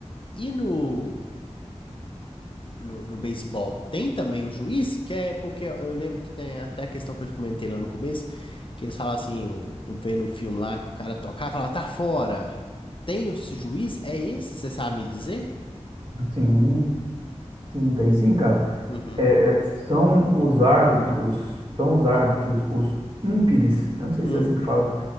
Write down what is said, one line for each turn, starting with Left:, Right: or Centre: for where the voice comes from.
Left: E no, no, no beisebol tem também o juiz, que é porque eu eu lembro que tem até a questão que eu te comentei lá no começo, que eles falavam assim, eu, eu vendo um filme lá que o cara tocava e falava, tá fora. Tem esse juiz? É esse? Você sabe me dizer?
Right: Sim, sim, tem sim, cara.
Left: Uhum.
Right: É, é, são os árbitros, são os árbitros, os umpires, eu não sei
Left: Hum.
Right: se é assim que fala